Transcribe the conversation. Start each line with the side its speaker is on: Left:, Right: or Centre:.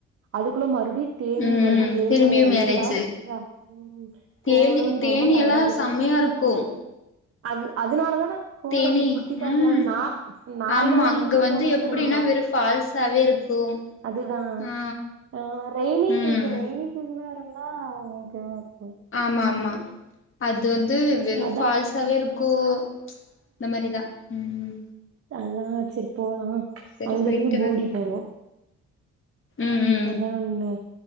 Right: அதுக்குள்ள ம டுடித் தேனி
Left: ம்
Right: மடி
Left: ம்
Right: ஏழு
Left: திரும்பியும் மேரேஜு
Right: ஏழு ஆ ட்ரா உம் போணுன்
Left: தேனி தேனி
Right: ரொம்ப டயர்டாக்குது
Left: எல்லாம் செம்மையா இருக்கும்
Right: அது அதனால தானா போர
Left: தேனி
Right: சர் சுத்தி பாக்கலான்
Left: ம்
Right: நா நாலு
Left: ஆமா
Right: நாளைக்கு
Left: அங்க
Right: முன்னாடியே
Left: வந்து
Right: போலான்டு
Left: எப்படின்னா
Right: இருந்தோ
Left: வெறும் ஃபால்ஸாவே இருக்கும்
Right: அதுதா
Left: ஆ
Right: ஆஹ் ரெய்னி
Left: ம்
Right: சீசன் ரெயினி சீசனா டுன்னா ஓகேவா இரு
Left: ஆமா ஆமா அது வந்து வெறு
Right: சரி அதா
Left: ஃபால்ஸாவே இருக்கோ இந்த மறிதா உம்
Right: அல்லா சேரி போலா
Left: சரி
Right: அங்க
Left: போயிட்டு
Right: இருந்து போடி
Left: வாங்க
Right: போனோ
Left: ம் ம்
Right: அதா அண்ண